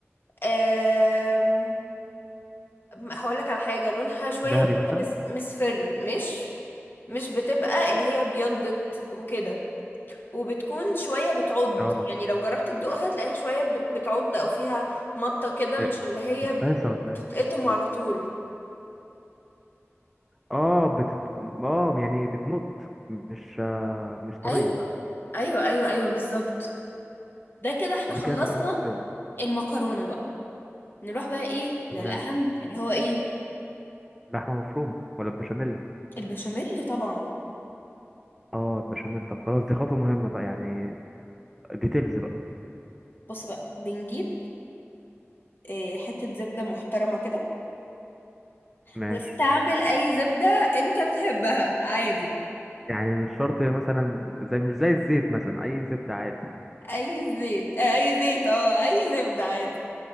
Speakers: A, on the left (about 50°); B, in the centre.
A: أم... هقول لك على حاجة لونها شوية
B: دهبي
A: لسه
B: مثلا
A: مس... مصفر مش مش بتبقى اللي هي بيضت وكده وبتكون شوية بتعض
B: اه
A: يعني لو جربت تدوقها تلاقيها شوية بت- بتعض أو فيها مطة كده
B: إيه،
A: مش اللي هي
B: مفترسة ولا
A: بتتقطم
B: ايه
A: على طول
B: اه بتت... اه يعني بتموت مش آه مش طرية
A: ايوه ايوه ايوه ايوه بالظبط ده كده احنا
B: دي
A: خلصنا
B: كده تبقى نص سوا
A: المكرونه بقى نروح بقى ايه للاهم
B: تمام
A: اللي هو ايه
B: لحمة مفرومة ولا بشاميل
A: البشاميل طبعا
B: اه بشاميل طب خلاص دي خطوة مهمة بقى يعني ديتيلز بقى
A: بص بقى بنجيب إيه حته زبده محترمه كده
B: ماشي
A: واستعمل اي زبده انت بتحبها عادي
B: يعني مش شرط مثلا زي مش زي الزيت مثلا اي زبدة عادي
A: اي زيت آه، اي زيت اه اي زبده عادي